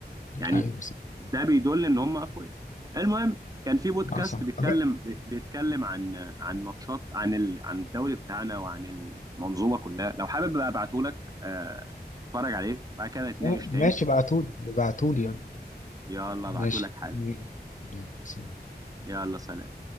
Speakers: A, on the right; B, on the left.
A: يعني
B: ايوه صح
A: ده بيدل ان هم اقوياء المهم كان في بودكاست
B: اه صح
A: بيتكلم
B: طب
A: بيتكلم عن عن ماتشات عن ال... عن الدوري بتاعنا وعن المنظومه كلها لو حابب بقى ابعته لك آه، اتفرج عليه بعد كده نتناقش
B: <clears throat>
A: تاني
B: ماشي ابعتولي ابعتولي يلا
A: يلا
B: ماشي
A: ابعته لك حالا
B: يلا، سلام.
A: يلا سلام